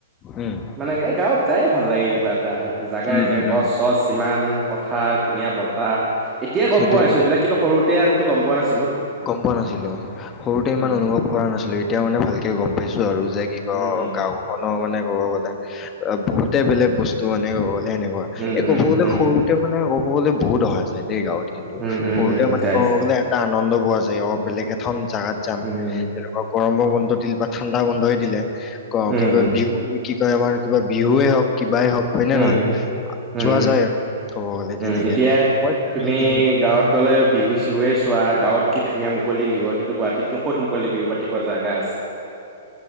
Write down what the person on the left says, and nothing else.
উম
উম
উম
উম
সেইটোয়েতো
গম পোৱা নাছিলো সৰুতে ইমান
অনুভৱ কৰা নাছিলো এতিয়া মানে ভালকে গম পাইছো আৰু যে কি ক
গাওঁখনৰ মানে ক'ব গলে বহুতে বেলেগ বস্তু মানে ক'ব গলে এনেকোৱা
এই
ক'ব গ'লে
সৰুতে মানে ক'ব গলে বহুত অহা যায় দেই গাঁৱত কিন্তু
সৰুতে
মানে
ক'ব
গ'লে এটা আনন্দ পোৱা যায় অ বেলেগ এখন জাগাত যাম
তেনেকোৱা গৰম বন্ধ দিল বা ঠাণ্ডা বন্ধই দিলে অ
কি কয়
বিহু কি কয় আমাৰ কিবা বিহুৱে হওক কিবাই হওঁক হয় নে
নহয়
যোৱা যায় আৰু ক'ব গ'লে তেনেকে।
মই এতিয়া
ইন-